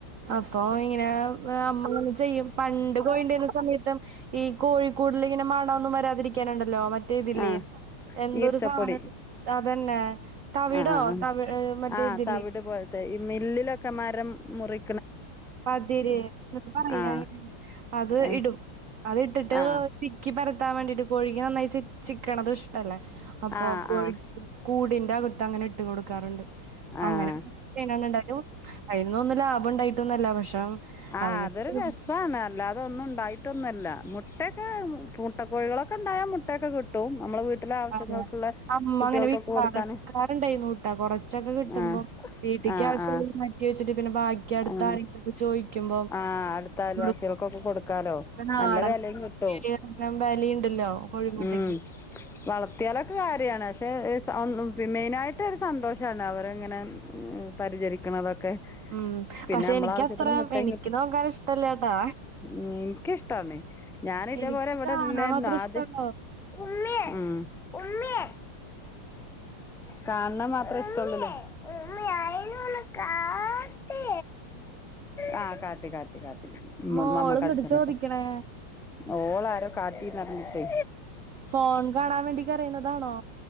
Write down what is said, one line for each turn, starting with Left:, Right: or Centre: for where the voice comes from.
Right: അപ്പൊ ഇങ്ങനെ നമ്മള് ചെയ്യും പണ്ട് കോഴി ഉണ്ടാരുന്ന സമയത്തും ഈ കോഴിക്കൂടിൽ ഇങ്ങനെ മണമൊന്നും വരാതിരിക്കാനുണ്ടല്ലോ മറ്റേ ഇതില്ലേ
Centre: ആ
Right: എന്തോരു
Centre: ഈർച്ചപ്പൊടി
Right: സാധനം അതന്നെ തവിടോ
Centre: ആഹ്
Right: തവി മറ്റേ
Centre: ആഹ്
Right: ഇതില്ലേ
Centre: തവിട് പോലത്തെ ഈ മില്ലിലൊക്കെ മരം മുറി
Right: പതിര് എന്താ പറയാ
Centre: ആഹ്
Right: അത്
Centre: ആഹ്
Right: ഇടും അത് ഇട്ടിട്ട്
Centre: ആഹ്
Right: ചിക്കി പരത്താൻ വേണ്ടിട്ട് കോഴി നന്നായി ചി ചിക്കണതും ഇഷ്ടല്ലേ അപ്പോ
Centre: ആഹ്
Right: കോഴി
Centre: ആഹ്
Right: കൂടിന്റെ അകത്ത് അങ്ങനെ ഇട്ട് കൊടുക്കാറുണ്ട്
Centre: ആഹ്
Right: അങ്ങനെ ചെയ്യുന്ന ഇണ്ടായും അയിന്നൊന്നും ലാഭം ഉണ്ടായിട്ട് ഒന്നുമല്ല പക്ഷെ
Centre: ആഹ്
Right: അതിങ്ങനെ
Centre: അതൊരു
Right: ചെയ്ത്
Centre: രസാണ് അല്ലാതെ ഒന്നും ഉണ്ടായിട്ടൊന്നും അല്ല മുട്ടയൊക്കെ മുട്ടക്കോഴികളൊക്കെ ഉണ്ടായാൽ മുട്ടയൊക്കെ കിട്ടും നമ്മളെ വീട്ടിലെ ആവശ്യങ്ങൾക്കുള്ള
Right: അതെ അമ്മ
Centre: കുട്ടികൾക്കൊക്കെ
Right: അങ്ങനെ വിക്കാറ്
Centre: കൊടുക്കാന്
Right: വിക്കാറുണ്ടായിരുന്നുട്ടാ കുറച്ചൊക്കെ കിട്ടുമ്പോ
Centre: ആഹ്
Right: വീട്ടിക്ക്
Centre: ആഹ്
Right: ആവശ്യതി
Centre: ആഹ്
Right: മാറ്റി വെച്ചിട്ട് പിന്നെ ബാക്കി അടുത്ത
Centre: ആഹ്
Right: ആരെങ്ങിലും ചോദിക്കുമ്പോ
Centre: ആഹ് അടുത്ത അയൽവാസികൾക്കൊക്കെ
Right: കൊടുകുംനാടൻ
Centre: കൊടുക്കാലോ നല്ല വെലയും കിട്ടും
Right: <unintelligible> ഉണ്ടല്ലോ കോഴിമുട്ടയ്ക്ക്
Centre: ഉം വളർത്തിയാലൊക്കെ കാര്യാണ് പക്ഷെ മെയിൻ ആയിട്ട് ഒരു സന്തോഷാണ് അവരെ ഇങ്ങനെ മ്മ് പരിചരിക്കണതൊക്കെ
Right: ഉം
Centre: പിന്നെ
Right: പക്ഷെ
Centre: നമ്മളെ
Right: എനിക്കത്ര
Centre: ആവശ്യത്തിന് മുട്ടയും
Right: എനിക്ക്
Centre: കിട്ടും
Right: നോക്കാൻ ഇഷ്ടല്ല ട്ടാ
Centre: ഉം എനിക്കിഷ്ടാണ് ഞാൻ ഇതേപോലെ
Right: എനിക്ക്
Centre: ഇവിടെ
Right: കാണാൻ
Centre: ഇല്ലായിരുന്നു
Right: മാത്രം
Centre: ആദ്യം
Right: ഇഷ്ടാ ആഹ്
Centre: ഉം ഉമ്മേ ഉമ്മേ കാണത് മാത്രേ ഇഷ്ടമുള്ളു ആയി നൊന്ന് കാട്ട് അ അ കാട്ട് കാട്ട് ഇമ്മമ
Right: മോള് എന്നിട്ട്
Centre: അടിച്ചണട്ടൊ
Right: ചോദിക്കണേ
Centre: ഓള് ആരോ കാട്ടീന്നറിഞ്ഞിട്ടേ
Right: ഫോൺ കാണാൻ വേണ്ടി കരയുന്നതാണോ?